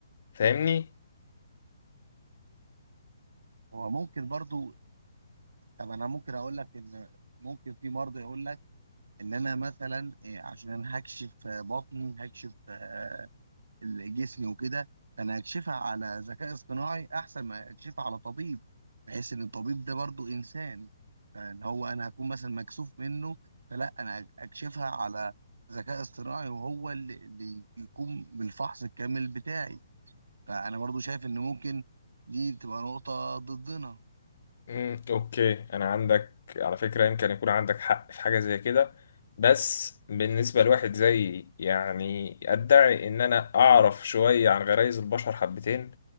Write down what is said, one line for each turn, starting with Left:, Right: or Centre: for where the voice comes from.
Left: فاهمني
Right: هو ممكن برضو طب انا ممكن اقول لك ان ممكن في مرضى يقول لك ان انا مثلا إيه، عشان هكشف آه، بطني هكشف آه، ال- جسمي وكده فانا هكشفها على ذكاء اصطناعي احسن ما اكشفها على طبيب بحيث ان الطبيب ده برضو انسان فان هو انا هكون مثلا مكسوف منه فلا انا اكشفها على ذكاء اصطناعي وهو اللي اللي يقوم بالفحص الكامل بتاعي فانا برضو شايف ان ممكن دي تبقى نقطة ضدنا
Left: مم، اوكي انا عندك على فكره يمكن يكون عندك حق في حاجه زي كده بس بالنسبه لواحد زي يعني ادعي ان انا اعرف شويه عن غرائز البشر حبتين